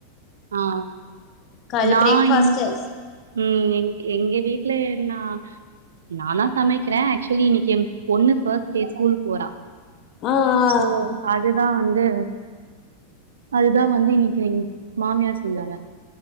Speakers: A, on the right; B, on the left.
A: ஆ
B: காலைல
A: நா
B: பிரேக்ஃபாஸ்ட்டு
A: இங் ம் எ எங்க வீட்ல நா நானா சமைக்கிற ஆக்சுவலி இன்னைக்கு பொண்ணு ஃபஸ்ட் டே ஸ்கூல் போறா
B: ஆ ஆ
A: சோ அதுதா வந்து அதுதா வந்து இன்னைக்கு எங் மாமியார் செஞ்சாங்க